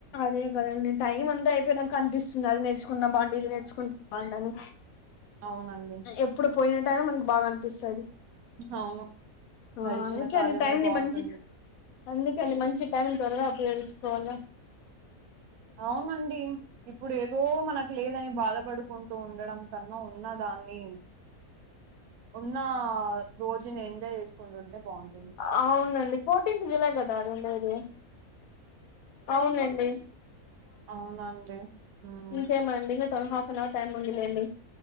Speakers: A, on the left; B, on the right.
A: అదే కదండి టైం అంతా అయిపోయినాక అనిపిస్తుంది అది నేర్చుకుంటే బాగుండు ఇది నేర్చుకుంటె బాగు ండుఅని
B: అవునండి
A: ఎప్పుడు పోయిన టైం బాగా అనిపిస్తది
B: అవును గడిచిన
A: ఆహ్ ఇంకేంది
B: కాలమే
A: టైం
B: బాగుంటుంది.
A: ని మంచి అందుకే అండి మంచి టైం త్వరగా ఉపయోగించుకోవాలా
B: అవునండి ఇప్పుడు ఏదో మనకు లేదని బాధపడుకుంటూ ఉండడం కన్నా ఉన్నదని ఉన్న రోజుని ఎంజాయ్ చేసుకుంటుంటె బాగుంటుంది
A: అవునండి ఫోర్టీన్త్ జులై కదా ఆదివుండేది అవునండి
B: అవునండి హ్మ్
A: ఇంకేమండి మీతో నీ హాఫ్ అన్ అవర్ టైమ్ ఉందిలేండి